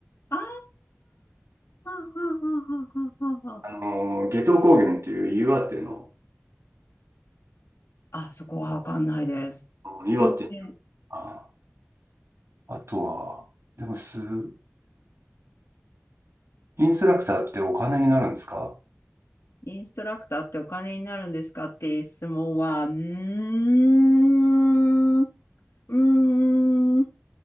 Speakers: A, on the left; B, on the right.
A: ああ、はんはんはんはんはんはんはん
B: あの、夏油高原っていう岩手の、
A: あ、そこはわかんないです。
B: 岩手、
A: 有名
B: ああとは、でもす、えーインストラクターってお金になるんですか
A: インストラクターってお金になるんですかっていう質問は、うーん、うーん、う